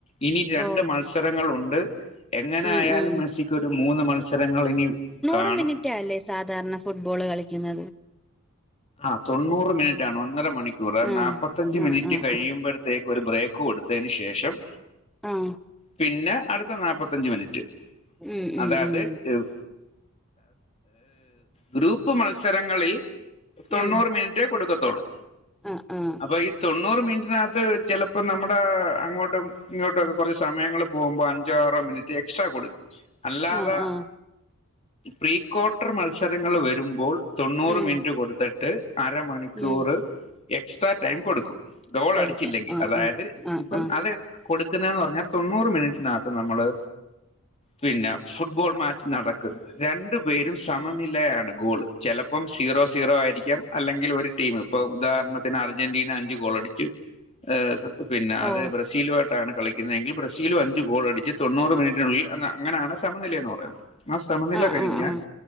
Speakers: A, on the left (about 30°); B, in the centre.
A: ഇനി രണ്ട്
B: ഓ
A: മത്സരങ്ങളുണ്ട് എങ്ങനെ
B: ഉം
A: ആയാലും
B: ഉം
A: മെസ്സിക്കൊരു മൂന്ന് മത്സരങ്ങൾ ഇനി കാണും
B: ട്ട മിനിറ്റാ അല്ലേ സാധാരണ ഫുട്ബോള് കളിക്ക്ന്നത്
A: ആഹ് തൊണ്ണൂറ് മിനിറ്റാണ് ഒന്നര മണിക്കൂറ്
B: ആഹ്
A: നാപ്പത്തഞ്ച് മിനിറ്റ്
B: ആഹ് ആഹ്
A: കഴിയിമ്പഴ് ത്തേക്ക് ഒരു ബ്രേക്ക് കൊട്ത്തെന് ശേഷം
B: ആഹ്
A: പിന്നെ അട്ത്ത നാപ്പത്തഞ്ച് മിനിറ്റ്
B: ഉം
A: അതായത്
B: ഉം ഉം
A: എഴു ഗ്രൂപ്പ് മത്സരങ്ങളിൽ തൊണ്ണൂറ്
B: ഉം
A: മിനിറ്റേ കൊടുക്കത്തൊളൂ
B: ആഹ് ആഹ്
A: അപ്പ ഈ തൊണ്ണൂറ് മിൻറ്റിനകത്ത് ചെലപ്പാെ നമ്മടെ അങ്ങോട്ടും ഇങ്ങോട്ടുഒക്കെ കൊറച്ച് സമയങ്ങള് പോവുമ്പൊ അഞ്ചോ ആറോ മിനിറ്റ് എക്സ്ട്രാ കൊട്ക്കും അല്ലാതെ
B: ആഹ് ആഹ്
A: പ്രീക്വാർട്ടർ മത്സരങ്ങൾ വെരുമ്പോൾ തൊണ്ണൂറ്
B: ഉം
A: മിൻറ്റ് കൊടുത്ത്ട്ട് അരമണിക്കൂറ്
B: ഉം
A: എക്സ്ട്രാ ടൈം കൊട്ക്കും ഗോൾ
B: കൊടുക്കും
A: അടിച്ചില്ലെങ്കി
B: ആഹ്
A: അതായത്
B: ആഹ് ആഹ്
A: ഇപ്പം
B: ആഹ്
A: അത് കൊട്ക്ക്ന്നത്ന്ന് പറഞ്ഞാ തൊണ്ണൂറ് മിനിറ്റിനകത്ത് നമ്മള് പിന്നെ ഫുട്ബോൾ മാച്ച് നടക്ക്ന്ന് രണ്ടു പേരും സമനിലയാണ് ഗോള് ചെലപ്പം സീറോ സീറോ ആയി രിക്കാം അല്ലെങ്കിൽ ഒരു ടീമ് ഇപ്പൊ ഉദാഹരണത്തിന് അർജെന്റീന അഞ്ച്ഗോളടിച്ച് ഹ് സ് പിന്നാ
B: ഓ
A: അത് ബ്രസീലുവായിട്ടാണ് കളി ക്ക്ന്നെങ്കിൽ ബ്രസീലും അഞ്ച് ഗോൾ അടിച്ച് തൊണ്ണൂറ് മിന് റ്റിനുള്ളിൽ അന്ന അങ്ങനെയാണ് സമനിലയ എന്ന് പറയുന്നത് ആ സമനില
B: ആഹ്
A: കെഴിഞ്ഞാൽ
B: ആഹ് ആഹ്